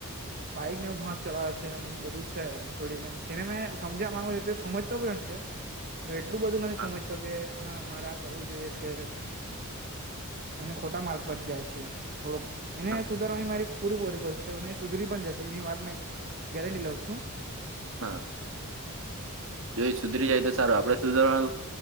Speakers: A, on the right; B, on the right.
A: બાઈક ને એવું ફાાસ ચલાવે છે એમ બધું છે થોડીક એમ તેને મેં સમજ્યા માંગુ છે તે સમજતો પણ છે. એટલું બધું નથી
B: હા
A: સમજતો કે હા મારે આ કરવું જોઈએ છે. અને ખોટા માર્ગ પર જાય છે થોડોક એને
B: હા
A: સુધારવાની મારી પૂરી પૂરી કરશે અને સુધરી પણ જશે એની વાતમાં ગેરંટી લઉ છુ.
B: હા જો સુધરી જાય તો સારુ આપડે સુધરવાનો